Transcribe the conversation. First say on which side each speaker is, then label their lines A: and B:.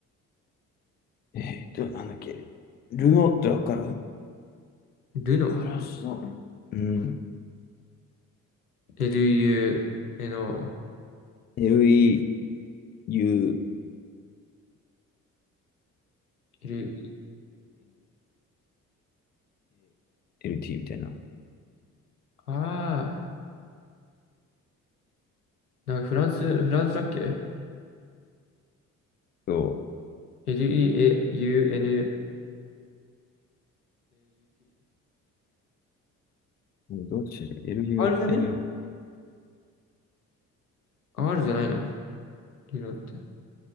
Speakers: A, on the left; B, on the left.
A: えーっと、なんだっけ。ルノーってわかる
B: ルノ、
A: フランスの。うん。
B: LU、えの、
A: LEU、LEUNALT
B: エル、
A: みたいな。
B: ああ、なんかフランス、フランスだっけ
A: そ
B: L-E-A-U-N-A-U-T。
A: う。どっちだ ?LUN、
B: R じゃね ?R じゃないな。リロって。